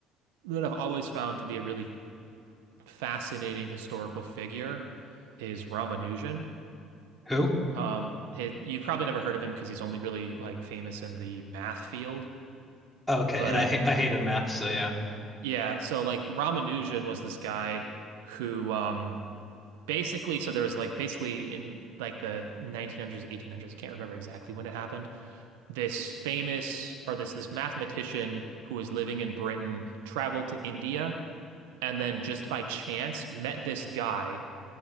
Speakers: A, on the right (about 80°); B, in the centre.
A: that i've always found to be a really fascinating historical figure is ramanujan
B: Who?
A: um he- you've probably never heard of him because he's only really like famous in the math field
B: Okay,
A: but
B: and I ha I hated math, so yeah.
A: Yeah, so like Ramanujan was this guy who um basically so there was like basically in like the 1900s, 1800s, I can't remember exactly when it happened. This famous or this this mathematician who was living in Britain traveled to India and then just by chance met this guy